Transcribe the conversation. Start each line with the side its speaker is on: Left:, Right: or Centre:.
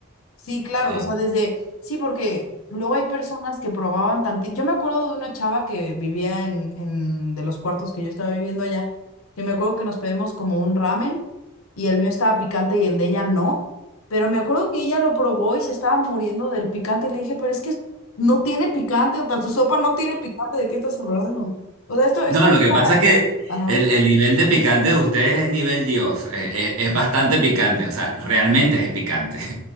Left: Sí, claro,
Right: Eh,
Left: o sea, desde, sí, porque luego hay personas que probaban tantito. Yo me acuerdo de una chava que vivía en, en de los cuartos que yo estaba viviendo allá, que me acuerdo que nos pedimos como un ramen y el mío estaba picante y el de ella no, pero me acuerdo que ella lo probó y se estaba muriendo del picante y le dije, pero es que no tiene picante, o sea, tu sopa no tiene picante, ¿de qué estás hablando? O sea, esto, esto
Right: No, lo
Left: no
Right: que pasa
Left: sabe-
Right: es que
Left: Ajá.
Right: el, el nivel de picante de ustedes es nivel Dios. Eh, eh, es bastante picante, o sea, realmente es picante. <laughs>